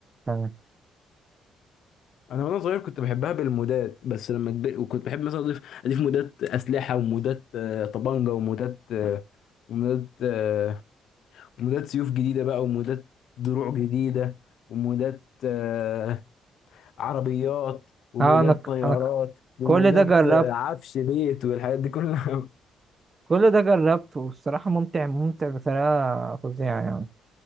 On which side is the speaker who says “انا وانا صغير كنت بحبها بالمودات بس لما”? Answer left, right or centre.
Left